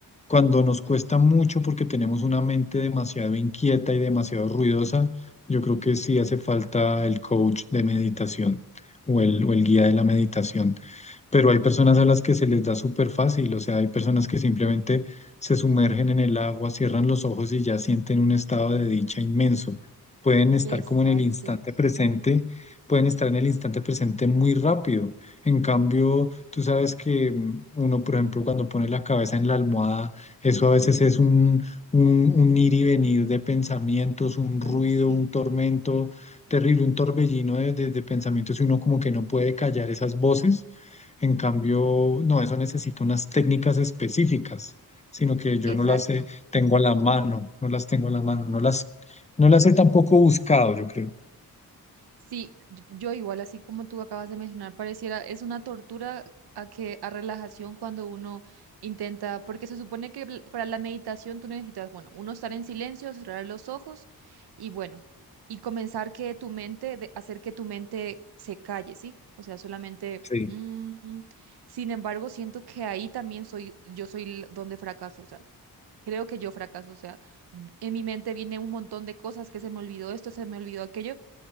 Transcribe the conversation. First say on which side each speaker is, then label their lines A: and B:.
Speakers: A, on the left; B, on the right.
A: cuando nos cuesta mucho porque tenemos una mente demasiado inquieta y demasiado ruidosa, yo creo que sí hace falta el coach de meditación o el, o el guía de la meditación pero hay personas a las que se les da súper fácil, o sea, hay personas que simplemente se sumergen en el agua, cierran los ojos y ya sienten un estado de dicha inmenso. Pueden estar
B: Exacto.
A: como en el instante presente, pueden estar en el instante presente muy rápido. En cambio, tú sabes que mm, uno, por ejemplo, cuando pone la cabeza en la almohada, eso a veces es un, un, un ir y venir de pensamientos, un
B: Uh,
A: ruido,
B: sí,
A: un tormento terrible, un torbellino de, de, de pensamientos y uno como que no puede callar esas voces. En cambio, no, eso necesita unas técnicas específicas, sino que yo
B: exacto.
A: no las eh, tengo a la mano, no las tengo a la mano, no las, no las he tampoco buscado, yo creo.
B: Sí, y- yo igual así como tú acabas de mencionar, pareciera es una tortura a que a relajación cuando uno intenta, porque se supone que pl- para la meditación tú necesitas, bueno, uno estar en silencio, cerrar los ojos y bueno, y comenzar que tu mente, de hacer que tu mente se calle, ¿sí? O sea, solamente
A: Sí,
B: mm, mm. Sin embargo, siento que ahí también soy, yo soy l- donde fracaso, o sea, creo que yo fracaso, o sea, en mi mente viene un montón de cosas que se me olvidó esto, se me olvidó aquello